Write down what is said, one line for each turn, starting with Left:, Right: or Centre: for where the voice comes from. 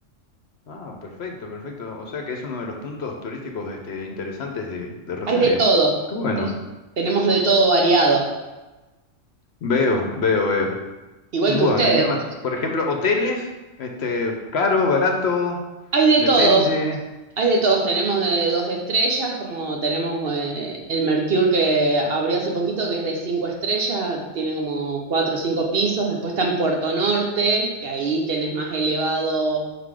Left: Ah, perfecto, perfecto. O sea que es uno de los puntos turísticos este, interesantes de, de Rosario.
Right: Hay de todo,
Left: Qué bueno.
Right: eh, tenemos de todo variado,
Left: Veo, veo, veo.
Right: igual
Left: Bueno,
Right: que ustedes.
Left: ¿y qué más? Por ejemplo, hoteles, este, caro, barato,
Right: Hay de
Left: depende.
Right: todo, Hay de todos, tenemos de dos estrellas, como tenemos eh, el Mercure que abrió hace poquito, que es de cinco estrellas, tiene como cuatro o cinco pisos, después está en Puerto Norte, que ahí tenés más elevado